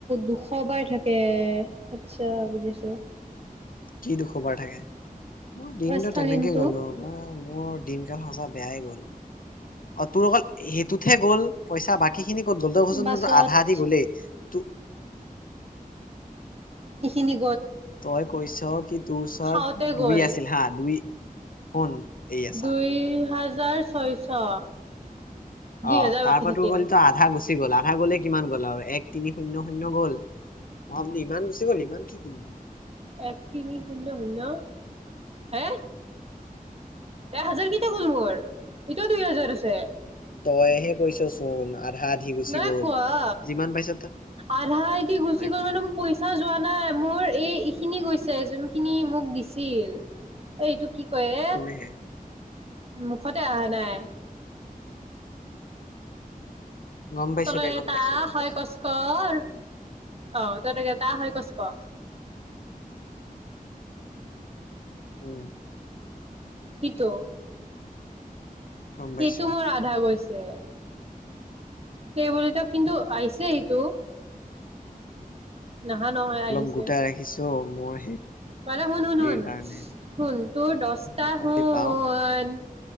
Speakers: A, on the right; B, on the left.
A: দুশ বাৰ থাকে আচ্ছা বুজিছো
B: কি দুখবাৰ থাকে মোৰ দিনটো
A: স্থলীনটো
B: তেনেকে গল অ মই মোৰ দিনকাল সঁচা বেয়াই গ'ল অ তোৰ অকল সেইটোতহে গ'ল পইচা বাকী সেইখিনি ক'ত গ'ল ত ক চোন
A: বাছত
B: তটো আধা আধি গলেই ত
A: সেইখিনি
B: তই কৈছ কি তোৰ ওচৰত
A: খাওঁতে গ'ল
B: দুই আছিল হা দুই শুন এইয়া চা
A: দুই হাজাৰ ছয়শ দুই
B: অ
A: হাজাৰ
B: তাৰ
A: বাকী
B: পৰা
A: থাকিল
B: তোৰ গল তো আধা গুচি গ'ল আধা গ'লে কিমান গ'ল আৰু এক তিনি শূন্য শূন্য গ'ল অ বোলো ইমান গুচি গ'ল ইমান কি কিনিলি
A: এক তিনি শূন্য শূন্য হে এক হাজাৰ কেতিয়া গ'ল অৰ এতিয়াও দুই হাজাৰ আছে
B: তইহে কৈছ চোন আধা আধি গুচি
A: নাই
B: গ'ল
A: কোৱা
B: যিমান পাইছ তা-
A: আধা আধি গুচি
B: নাই
A: গ'ল
B: কোৱা
A: মানে
B: ন
A: মোৰ পইচা যোৱা নাই মোৰ এই এইখিনি গৈছে যোনখিনি মোক দিছিল এইটো কি কৈয়ে
B: কোনেহে
A: মুখতে আহা নাই
B: গম পাইছো
A: তল
B: দে
A: এটা
B: গম পাইছো গম
A: হয়
B: পাইছো
A: কচকৰ আহ ততেনেকে তা হয় কচ ক
B: উম
A: কিটো
B: গম
A: সেইটো
B: পাইছো
A: মোৰ আধা গৈছে যে সেই বুলি তেওঁ কিন্তু আহিছে সেইটো নহা নহয় আহিছে
B: অলপ গোটাই ৰাখিছো মোৰ
A: মানে শুন
B: হেৰিৰ
A: শুন শুন
B: কাৰণে
A: শুন তোৰ দছটা
B: কি কয়
A: শুন
B: পাওঁ